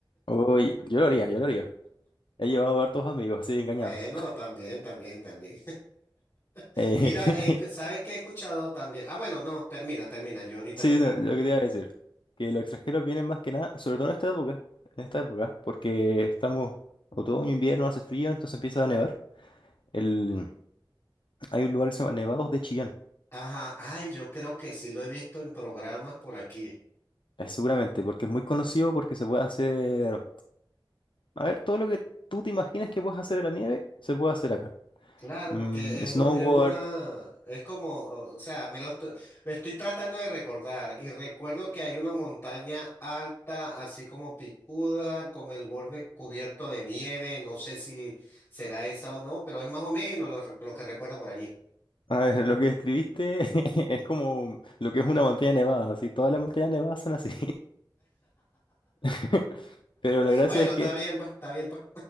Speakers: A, on the left (about 70°); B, on the left (about 35°).
A: Uy, yo lo haría, yo lo haría. He llevado hartos amigos así engañados.
B: Bueno,
A: <laughs>
B: también, también, también. <laughs>
A: Eh,
B: Mira, eh, escu-
A: <laughs>
B: ¿sabes qué he escuchado también? Ah, bueno, no, termina, termina. Yo ahorita
A: sí,
B: te pregunto.
A: no, lo que te iba a decir, que los extranjeros vienen más que nada, sobre todo en esta época, en esta época, porque estamos otoño, invierno, hace frío, entonces empieza a nevar. El, hay un lugar que se llama Nevados de Chillán,
B: Ajá. Ay, yo creo que sí lo he visto en programas por aquí.
A: eh, seguramente, porque es muy conocido porque se puede hacer, a ver, todo lo que tú te imaginas que puedes hacer en la nieve, se puede hacer acá.
B: Claro,
A: Mm,
B: porque
A: snowboard,
B: es, un- es una, es como, o sea, me lo estoy, me estoy tratando de recordar y recuerdo que hay una montaña alta, así como picuda, con el borde cubierto de nieve, no sé si será esa o no, pero es más o menos lo, re- lo que recuerdo por allí.
A: a ver, <laughs> lo que describiste <laughs> es como lo que es una montaña nevada, así, todas las montañas nevadas son así. <laughs> Pero la gracia
B: Bueno,
A: es
B: está
A: que
B: bien, pues, está bien, pues.